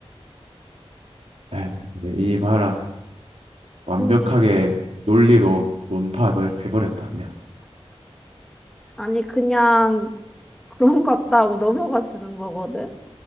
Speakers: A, on the right (about 75°); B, in the centre.
A: 에이, 이 봐라. 완벽하게
B: 음,
A: 논리로 논파해버렸다, 그냥.
B: 아니, 그냥 그런 것 같다고 넘어가 주는 거거든?